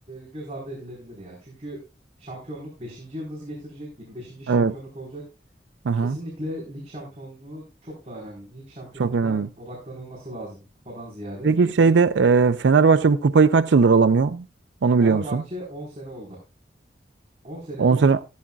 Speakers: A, on the right (about 35°); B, on the right (about 80°).
A: göz ardı edilebilir ya. Çünkü şampiyonluk beşinci yıldız getirecek, yirmi beşinci şampiyonluk
B: Evet.
A: olacak.
B: Aha,
A: Kesinlikle lig şampiyonluğu çok daha önemli. Lig şampiyonluğuna
B: çok önemli.
A: odaklanılması lazım kupadan ziyade.
B: Peki şeyde e, Fenerbahçe bu kupayı kaç yıldır alamıyor? Onu
A: Fenerbahçe
B: biliyor musun?
A: 10 sene oldu. On senedir
B: 10 sene